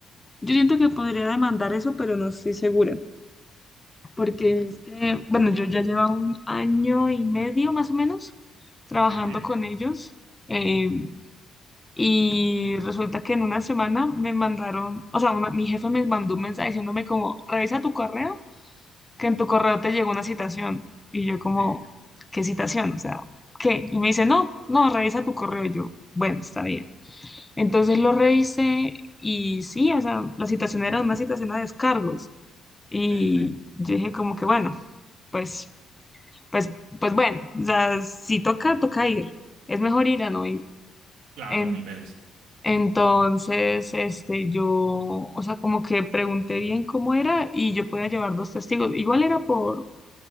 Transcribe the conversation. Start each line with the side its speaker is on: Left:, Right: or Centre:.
Left: yo siento que podría demandar eso, pero no estoy segura. Porque es que, bueno, yo ya llevo un año y medio más o menos trabajando
Right: Sí,
Left: con ellos. eh, y resulta que en una semana me mandaron, o sea, una- mi jefe me mandó un mensaje diciéndome como, revisa tu correo, que en tu correo te llegó una citación. Y yo como,
Right: sí,
Left: ¿qué citación? O sea, ¿qué? Y me dice, no, no, revisa tu correo. Y yo, bueno, está bien. Entonces lo revisé y sí, o sea, la situación era una situación a descargos. Y
Right: sí.
Left: yo dije como que bueno, pues, pues, pues bueno, o sea, si toca, toca ir. Es mejor ir a no ir.
Right: Claro,
Left: En-
Right: mil veces.
Left: entonces, este, yo, o sea, como que pregunté bien cómo era y yo podía llevar dos testigos. Igual era por,